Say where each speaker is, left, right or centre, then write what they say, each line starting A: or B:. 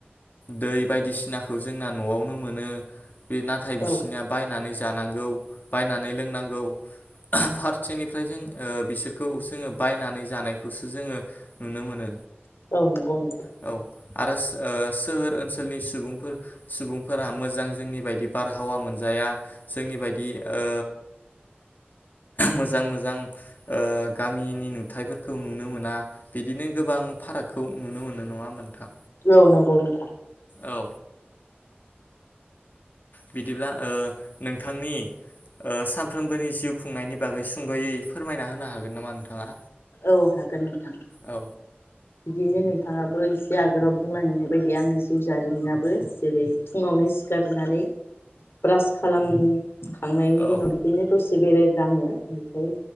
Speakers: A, on the left (about 50°); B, on the left (about 85°).
A: दै बायदिसिनाखौ जोंना न'आवनो मोनो। बे नाथाय बिसिनिया
B: औ
A: बायनानै जा जानांगौ बायनानै लोंनांगौ <unintelligible> फारसेनिफ्राय जों ओ बिसोरखौ जोङो बायनानै जानायखौ जोङो नुनो मोनो।
B: औ नंगौ नोंथां
A: औ आरो ओ सोहोर ओनसोलनि सुबुंफोर सुबुंफोरा मोजां जोंनि बायदि बारहावा मोनजाया जोंनि बायदि ओ मोजां मोजां ओ गामिनि नुथाइफोरखौ नुनो मोन आ बिदिनो गोबां फारागखौ नुनो मोनो नङा होमबा नोंथां?
B: औ नंगौ नोंथां।
A: औ बिदिब्ला ओ नोंथांनि ओ सानफ्रोमबोनि जिउ खुंनायनि बागै सुंद'यै फोरमायना होनो हागोन नामा नोंथाङा?
B: औ हागोन नोंथां।
A: औ
B: बिदिनो नोंथाङाबो एसे आगोलाव बुंलायांनाय बायदि आंनि जिउ जारिमिनाबो। जेरै फुङावनो सिखारनानै ब्रास खालाम खांनायनि
A: औ
B: उनाव बिदिनो दसे बेरायगग्लांङो ओमफ्राय